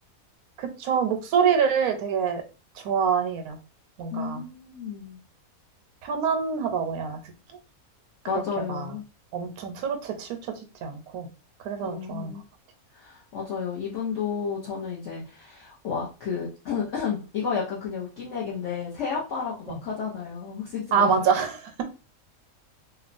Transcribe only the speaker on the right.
그쵸. 목소리를 되게 좋아해요. 뭔가
편안하다고 해야 하나, 듣기? 그렇게
막 엄청 트로트에 치우쳐지지 않고. 그래서
좋아하는 것 같아요.
네.
아, 맞아. <laughs>